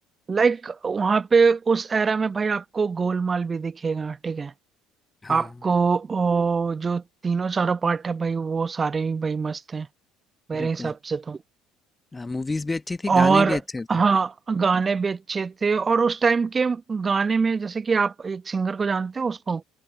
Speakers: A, on the right (about 30°); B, on the left (about 15°).
A: लाइक वहां पे उस एरा में भाई आपको गोलमाल भी दिखेगा ठीक है
B: हाँ,
A: आपको ओ, जो तीनों चारों पार्ट है भाई वो सारे ही भाई मस्त हैं मेरे
B: बिल्कुल।
A: हिसाब से तो
B: अ, मूवीज़ भी अच्छी थी,
A: और
B: गाने भी अच्छे थे।
A: हाँ गाने भी अच्छे थे और उस टाइम के गाने में जैसे कि आप एक सिंगर को जानते हो उसको